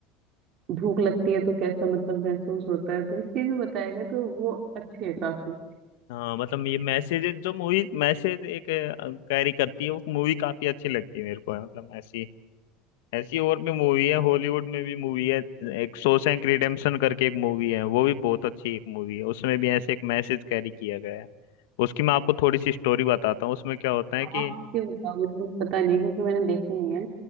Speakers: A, on the right; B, on the left.
A: भूख लगती है तो कैसा मतलब महसूस होता है तो इस चीज में बताया गया तो वो अच्छी है काफी
B: हाँ मतलब ये मैसेज जो मूवी मैसेज एक कैरी करती है वो मूवी काफी अच्छी लगती है मेरे को मतलब ऐसी ऐसी और भी मूवी है हॉलीवुड में भी मूवी है एक शॉशैंक रिडेम्पशन करके एक मूवी है वो भी बहुत अच्छी एक मूवी है उसमें भी ऐसे एक मैसेज कैरी किया गया है उसकी मैं आपको थोड़ी सी स्टोरी बताता हूँ उसमें क्या होता है
A: हाँ
B: कि
A: उसके बताओ मुझे मुझे पता नहीं है क्योंकि मैंने देखी नहीं है